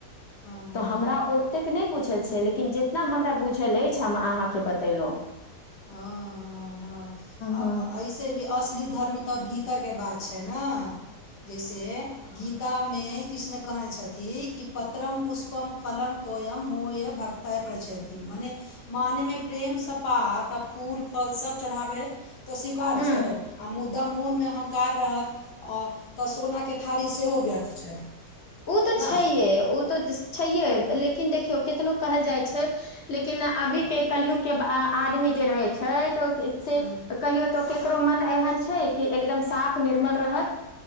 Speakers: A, on the left; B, on the left.
A: हँ
B: तऽ
A: हँ
B: हमरा ओतेक नइ बुझल छै लेकिन जऽते हमरा बुझल अछि हम अहाँके बतेलओ
A: हं हं हं
B: हँ
A: ऐसे भी असली धर्म त भीतर बात छै न जैसे गी गीता मे कृष्ण कहने छथि कि पत्रम पुष्पम फलम तोयम मोय भक्तय प्रचयति मने मानमे प्रेम सप्त हाँ तो फूल फल सब चढाबै हय त स्वीकार
B: ह
A: छै आ मु दा मोन मे अहंकार रहत तऽ सोनाके थारी सेहो व्यर्थ छै
B: ओ तऽ
A: ने।
B: छैहे ओ तऽ छैहे लेकिन देखियौ कितनो कहल जाइ छै लेकिन अभीके कलयुगके आदमी जे रहैत छै तऽ से
A: हूँ।
B: कहियो तो केकरो मन एहन छै कि एकदम साफ निर्मल रहत